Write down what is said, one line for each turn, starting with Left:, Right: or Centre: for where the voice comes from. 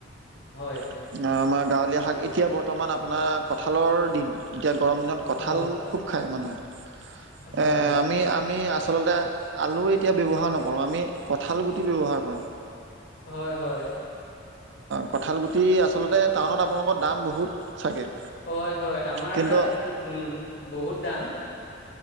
Left: হয়।
Right: আমাৰ গাঁৱলীয়া শাক। এতিয়া বৰ্তমান আপোনাৰ কঁঠালৰ দিন। এতিয়া গৰম দিনত কঁঠাল
Left: হয়
Right: খুব খায় মানুহে। এ
Left: হয় হয়
Right: আমি আমি আচলতে আলু এতিয়া ব্যৱহাৰ নকৰোঁ। আমি কঁঠাল গুটি ব্যৱহাৰ কৰোঁ।
Left: হয় হয়।
Right: কঁঠালগুটি আচলতে টাউনত আপোনালোকৰ দাম বহুত চাগে।
Left: হয় হয়। আমাৰ
Right: কিন্তু
Left: তাতটো উম, বহুত দাম।